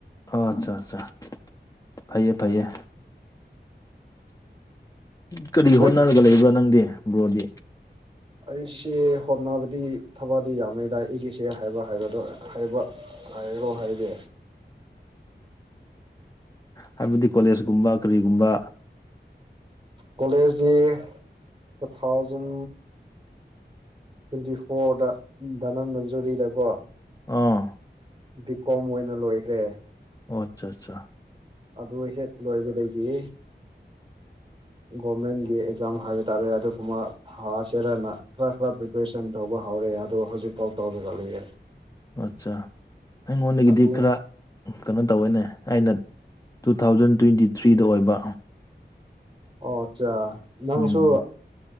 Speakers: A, on the left; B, on the right.
A: ꯑꯣ ꯑꯠꯆꯥ ꯑꯠꯆꯥ ꯐꯩꯌꯦ ꯐꯩꯌꯦ ꯀꯔꯤ
B: ꯍꯣꯏ
A: ꯍꯣꯠꯅꯔꯒ ꯂꯩꯕ꯭ꯔꯥ ꯅꯪꯗꯤ ꯕ꯭ꯔꯣꯗꯤ
B: ꯑꯩꯁꯦ ꯍꯣꯠꯅꯕꯗꯤ ꯊꯕꯗꯤ ꯌꯥꯝꯃꯦꯗꯥꯏ ꯑꯩꯒꯤꯁꯦ ꯍꯥꯏꯕ ꯍꯥꯏꯕꯗꯣ ꯍꯥꯏꯕ ꯍꯥꯏꯔꯣ ꯍꯥꯏꯗꯤ
A: ꯍꯥꯏꯕꯗꯤ ꯀꯣꯂꯦꯖꯀꯨꯝꯕ ꯀꯔꯤꯒꯨꯝꯕ
B: ꯀꯣꯂꯦꯖꯁꯤ ꯇꯨ ꯊꯥꯎꯖꯟ ꯇ꯭ꯋꯦꯟꯇꯤ ꯐꯣꯔꯗ ꯙꯅꯟ ꯃꯟꯖꯨꯔꯤꯗꯀꯣ
A: ꯑꯥ
B: ꯕꯤ ꯀꯣꯝ ꯑꯣꯏꯅ ꯂꯣꯏꯈ꯭ꯔꯦ
A: ꯑꯣ ꯑꯠꯆꯥ ꯑꯠꯆꯥ
B: ꯑꯗꯨ ꯍꯦꯛ ꯂꯣꯏꯕꯗꯒꯤ ꯒꯣꯔꯃꯦꯟꯒꯤ ꯑꯦꯛꯖꯥꯝ ꯍꯥꯏꯕ ꯇꯥꯔꯦ ꯑꯗꯨꯒꯨꯝꯕ ꯊꯥ ꯆꯦꯔꯅ ꯈꯔ ꯈꯔ ꯄ꯭ꯔꯤꯄꯦꯔꯦꯁꯟ ꯇꯧꯕ ꯍꯧꯔꯦ ꯑꯗꯣ ꯍꯧꯖꯤꯛꯐꯥꯎ ꯇꯧꯔꯒ ꯂꯩꯌꯦ
A: ꯑꯠꯆꯥ ꯑꯩꯉꯣꯟꯗꯒꯤꯗꯤ
B: ꯑꯗꯨ
A: ꯈꯔ ꯀꯩꯅꯣ ꯇꯧꯋꯦꯅꯦ ꯑꯩꯅ ꯇꯨ ꯊꯥꯎꯖꯟ ꯇ꯭ꯋꯦꯟꯇꯤ ꯊ꯭ꯔꯤꯗ ꯑꯣꯏꯕ
B: ꯑꯣ ꯑꯠꯆꯥ ꯅꯪꯁꯨ
A: ꯎꯝ